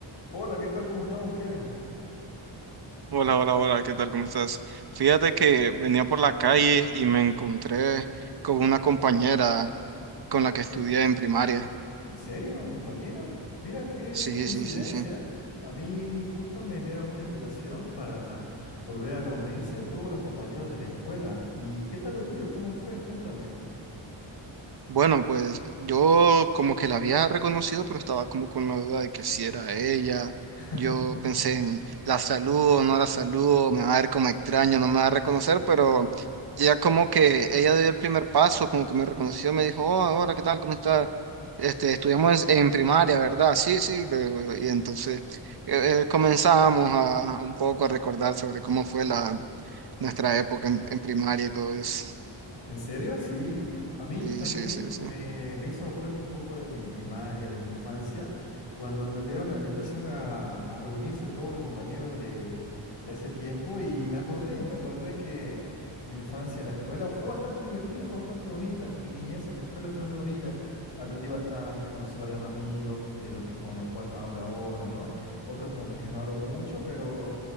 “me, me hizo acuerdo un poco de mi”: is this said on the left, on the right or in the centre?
Left